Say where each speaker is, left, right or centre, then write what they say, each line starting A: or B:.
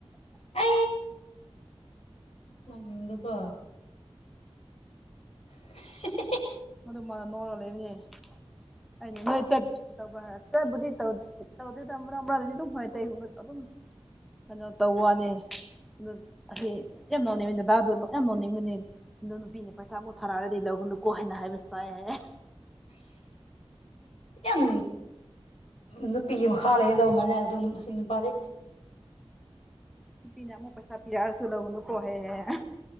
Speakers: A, on the left; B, in the centre.
A: ꯑ ꯃꯅꯤꯗꯨꯀꯣ <inaudible>
B: ꯑꯗꯨ ꯃꯥꯅ ꯅꯣꯛꯔꯒ ꯂꯩꯕꯅꯦ ꯑꯩꯅ ꯅꯣꯏ ꯆꯠ <inaudible> ꯇꯧꯕ꯭ꯔꯥ ꯍꯥꯏꯔꯒ ꯆꯠꯄꯨꯗꯤ ꯇꯧꯗꯦ ꯇꯧꯗꯦꯗ ꯃ꯭ꯔꯛ ꯃ꯭ꯔꯛꯇꯗꯤꯗꯨꯝ ꯍꯣꯏ <unintelligible> ꯑꯗꯨꯝ ꯀꯩꯅꯣ ꯇꯧꯕ꯭ꯋꯥꯅꯦ ꯑꯗꯨ ꯍꯩ ꯌꯥꯝ ꯅꯣꯅꯤꯡꯕꯅꯦ ꯗꯗꯥꯗꯣ ꯌꯥꯝ ꯅꯣꯅꯤꯡꯕꯅꯦ ꯑꯗꯣ ꯅꯨꯄꯤꯅ ꯄꯩꯁꯥ ꯑꯃꯨꯛ ꯊꯥꯔꯛꯑꯗꯤ ꯂꯧꯒꯅꯨꯀꯣ ꯍꯥꯏꯅ ꯍꯥꯏꯕ ꯁꯥꯏꯌꯦ ꯍꯥꯏꯌꯦ
A: ꯌꯥꯝ ꯅꯨꯄꯤꯒꯤ ꯃꯈꯥ ꯂꯩꯒꯗꯧ ꯃꯥꯜꯂꯦ ꯑꯗꯨꯅ ꯃꯁꯤ ꯅꯨꯄꯥꯖꯤ
B: ꯅꯨꯄꯤꯅ ꯑꯃꯨꯛ ꯄꯩꯁꯥ ꯄꯤꯔꯛꯑꯁꯨ ꯂꯧꯒꯅꯨꯀꯣ ꯍꯥꯏꯌꯦ ꯍꯥꯏꯌꯦ